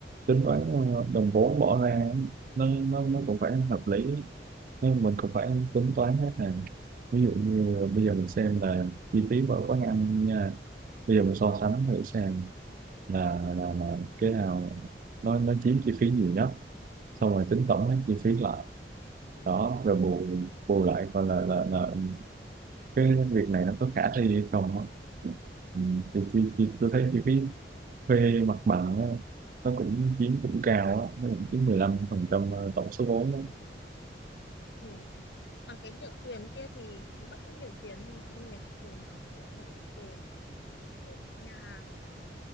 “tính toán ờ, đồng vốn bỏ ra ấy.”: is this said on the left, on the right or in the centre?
Right